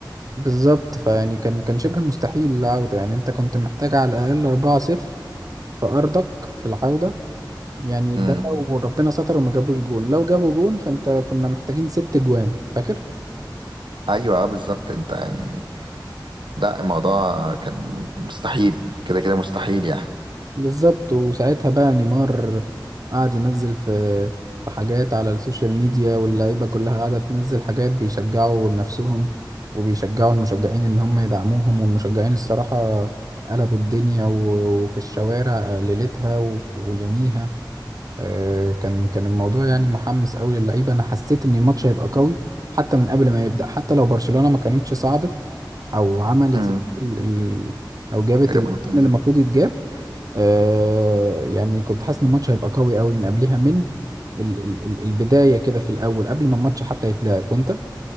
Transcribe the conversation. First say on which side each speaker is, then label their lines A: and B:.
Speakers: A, on the right (about 50°); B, on the right (about 85°).
A: بالظبط فيعني كان كان شبه مستحيل العودة يعني انت كنت محتاج على الاقل 4-0 في ارضك في العودة يعني
B: امم
A: ده لو ربنا ستر وما جابوش جون لو جابوا جون فانت كنا محتاجين ست جوان فاكر
B: ايوه آه، بالظبط انت يعني لا الموضوع كان مستحيل كده كده مستحيل يعني
A: بالظبط وساعتها بقى نيمار قعد ينزل في في حاجات على السوشيال ميديا واللعيبة كلها قاعدة تنزل حاجات بيشجعوا نفسهم وبيشجعوا المشجعين ان هم يدعموهم والمشجعين الصراحة قلبوا الدنيا و- وفي الشوارع ليلتها و- ويوميها آه، كان كان الموضوع يعني محمس قوي للعيبه انا حسيت ان الماتش هيبقى قوي حتى من قبل ما يبدا حتى لو برشلونه ما كانتش صعدت او عملت
B: امم
A: يعني ال... ال... او جابت
B: ريمونتادا
A: الجون اللي المفروض يتجاب آه يعني كنت حاسس ان الماتش هيبقى قوي قوي من قبلها من ال... ال... ال- البدايه كده في الاول قبل ما الماتش حتى يتلعب وانت